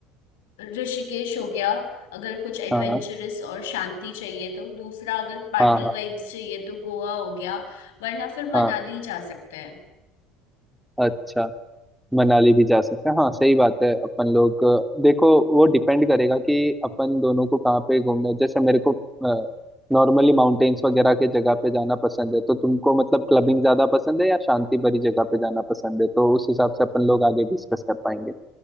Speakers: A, on the left; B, in the centre.
A: अ, ऋषिकेश हो गया अगर कुछ एडवेंचरस
B: हाँ हाँ
A: और शांति चाहिए तो दूसरा अगर पार्टी
B: हाँ हाँ
A: वाइब्स चाहिए तो गोवा हो गया वरना फिर
B: हाँ,
A: मनाली जा सकते हैं
B: अच्छा मनाली भी जा सकते हैं हाँ सही बात है अपन लोग अ, देखो वो डिपेंड करेगा कि अपन दोनों को कहाँ पे घूमना है जैसे मेरे को नॉर्मली माउंटेन्स वगैरह के जगह पे जाना पसंद है तो तुमको मतलब क्लबिंग ज्यादा पसंद है या शांति भरी जगह पे जाना पसंद है तो उस हिसाब से अपन लोग आगे डिस्कस कर पाएंगे